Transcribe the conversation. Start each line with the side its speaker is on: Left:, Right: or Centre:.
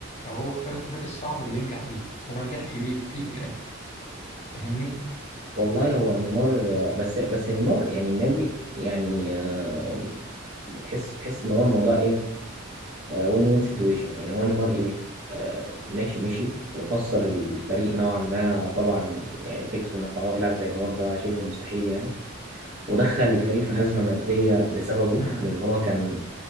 Left: او هو اختار الطريق الصعب اللي ينجح بيه وما نجحش بيه فيه في الاخر فاهمني؟
Right: والله هو نيمار آه، بس بس نيمار يعني النادي يعني آه، بتحس تحس ان هو الموضوع ايه وين وين سيتويشن يعني هو نيمار ايه آه، ماشي ماشي وخسر الفريق نوعا ما طبعا يعني فكره انك تعوض لاعب زي نيمار ده شبه مستحيل يعني ودخل الفريق في ازمه ماديه بسببه
Left: امم
Right: لان هو كان